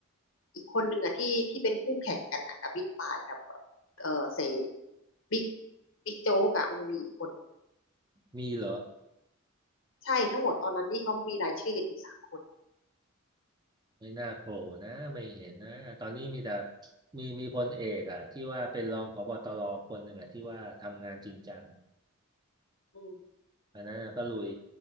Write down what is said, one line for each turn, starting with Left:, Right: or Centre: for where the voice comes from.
Left: อีกคนหนึ่งอะที่ที่เป็นคู่แข่งกันอะกับบิ๊กปายกับเออเสบิ๊กบิ๊กโจ๊กอะมันมีอีกคนหนึ่ง
Right: มีเหรอ
Left: ใช่ทั้งหมดตอนนั้นที่เขามีรายชื่อกันอยู่สามคน
Right: ไม่น่าโผล่นะไม่เห็นนะตอนนี้มีแต่มีมีพลเอกอ่ะที่ว่าเป็นรองผบตรคนหนึ่งอ่ะที่ว่าทำงานจริงจัง
Left: อืม
Right: อันนั้นก็ลุย